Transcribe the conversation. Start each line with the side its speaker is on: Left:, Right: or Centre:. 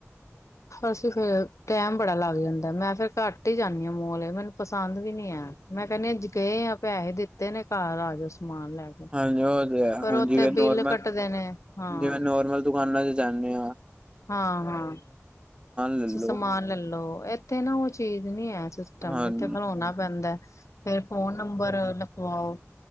Left: ਅਸੀਂ ਫਿਰ ਟੈਮ ਬੜਾ ਲਾ ਜਾਂਦਾ ਮੈਂ ਫਿਰ ਘੱਟ ਹੀ ਜਾਨੀ ਆ ਮੋਲ ਮੈਨੂੰ ਪਸੰਦ ਵੀ ਨੀ ਆ ਮੈਂ ਕਹਿੰਨੀ ਜੇ ਗਏ ਆ ਪੈਸੇ ਦਿੱ ਤੇ ਨੇ ਘਰ ਆ ਜੋ ਸਮਾਨ ਲੈ ਕੇ।
Right: ਹਾਂਜੀ ਉਹ ਤੇ ਹੈ
Left: ਪਰ
Right: ਹੁਣ
Left: ਉੱਥੇ
Right: ਜਿਵੇਂ ਨੋਰਮਲ
Left: ਬਿੱਲ ਕੱਟਦੇ ਨੇ ਹਾਂ
Right: ਜਿਵੇਂ ਨੋਰਮਲ ਦੁਕਾਨਾਂ ਚ ਜਾਨੇ ਆ
Left: ਹਾਂ-ਹਾਂ
Right: ਲੈਲੋ
Left: ਜੀ ਸਮਾਨ ਲੈ ਲੋ- ਤੇ ਨਾ ਉਹ ਚੀਜ਼ ਨੀ ਹੈ ਸਿਸਟਮ
Right: ਹਾਂਜੀ
Left: ਇਥੇ ਖਲੋਣਾ ਪੈਂਦਾ, ਫੇਰ ਫੋਨ ਨੰਬਰ ਵਾਓ,